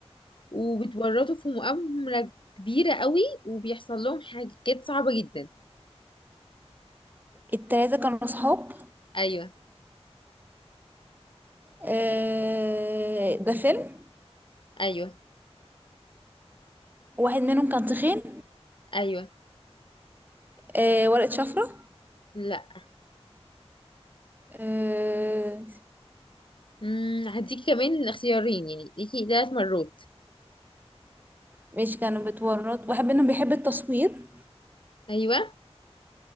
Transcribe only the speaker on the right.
التلاتة كانوا صحاب
آه ده فيلم
واحد منهم كان تخين
آه ورقة شفرة
آه
ماشي كانوا بتورط واحد منهم بيحب التصوير